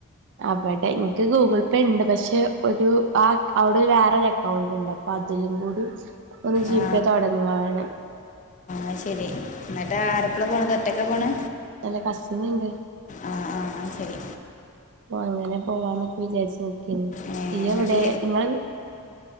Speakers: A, on the right; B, on the left.
A: അവടെ എൻക്ക് ഗൂഗിൾ പേ ഇണ്ട്. പക്ഷെ ഒരു ആ അവിടെ വേറൊരു അക്കൗണ്ട്ണ്ടാക്കി. അതിലും കൂടി ഒന്ന് ജീപേ
B: ആ
A: തൊടങ്ങുവാനം.
B: അയ്ശരി എന്നിട്ട് ആരൊപ്പളാ പോണത്? ഒറ്റക്ക പോണേ?
A: ഇല്ല കസിന്ണ്ട്.
B: ആഹ് ആഹ് ശരി
A: യോ അങ്ങനെ പോവാന്നൊക്കെ വിചാരിച്ച് നോക്കിന്.
B: ഏ,
A: ഈ
B: എന്നിട്ട്
A: എവിടെ? നിങ്ങളെ